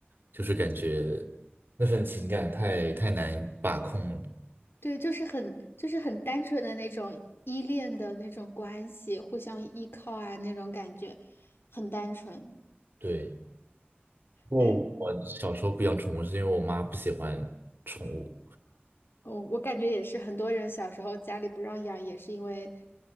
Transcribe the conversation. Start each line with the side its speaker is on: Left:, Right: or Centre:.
Right: 就是感觉那份情感太太难把控了。
Left: 对，就是很就是很单纯的那种依恋的那种关系，互相依靠啊，那种感觉很单纯。
Right: 对，不过我小时候不养宠物是因为我妈不喜欢宠物。
Left: 哎，我我感觉也是，很多人小时候家里不让养，也是因为